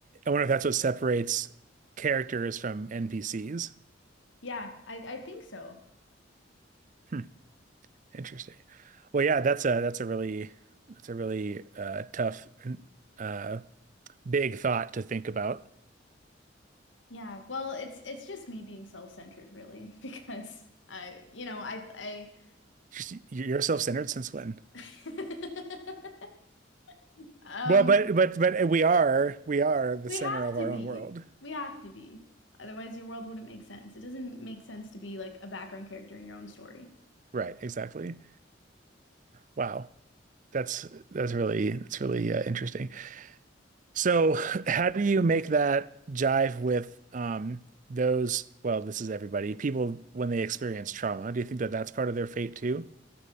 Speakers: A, on the right; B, on the left.
A: I wonder if that's what separates characters from NPCs.
B: Yeah, I, I think so.
A: Hmm, interesting. Well, yeah, that's a that's a really that's a really uh, tough, uh, big thought to think about.
B: Yeah, well, it's it's just me being self-centered really <laughs> because I, you know, I I,
A: Just- You're self-centered since when?
B: I <laughs> um
A: Well, but but but we are we are the
B: we
A: center
B: have
A: of
B: to
A: our
B: be.
A: own world.
B: We have to be. Otherwise your world wouldn't make sense. It doesn't make sense to be like a background character in your own story.
A: Right, exactly. Wow. That's that's really that's really uh, interesting. So, how do you make that jive with um those, well, this is everybody, people when they experience trauma. Do you think that that's part of their fate too?